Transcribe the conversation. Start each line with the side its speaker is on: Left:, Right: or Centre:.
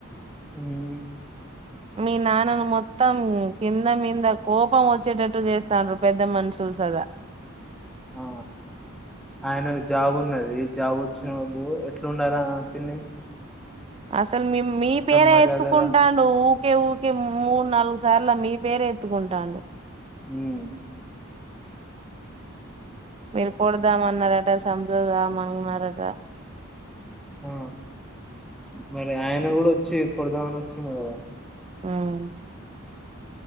Centre: హమ్
Right: మీ నాన్నని మొత్తం కింద మింద కోపం ఒ చ్చేటట్టు చేస్తండ్రు పెద్ద మనుషులు సదా
Centre: ఆ ఆయనకు జాబున్నది జాబ్ ఒచ్చిన ఎ ఎట్లుండాల తిన్న
Right: అసల్ మి మీ పేరే
Centre: మర్యాదగా
Right: ఎత్తుకుంటాడు ఊకే ఊకే మూడు, నాలుగు సార్ల మీ రే ఎత్తుకుంటాండు
Centre: ఉమ్
Right: మీర్ కొడదామన్నారట సంపూ దాం న్నారట
Centre: ఆ మరి ఆయ న్న గుడా ఒచ్చి కోడ్దామని ఒచ్చిండ్ గదా <inaudible>
Right: ఉమ్